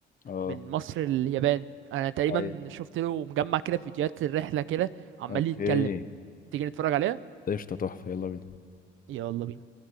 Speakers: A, on the left; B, on the right.
A: اه
B: من مصر لليابان انا تقريبا
A: ايوه
B: شفت له مجمع كده فيديوهات الرحلة كده عمال
A: اوكي
B: يتكلم تيجي نتفرج عليها
A: قشطة تحفة يلا بينا
B: يلا بينا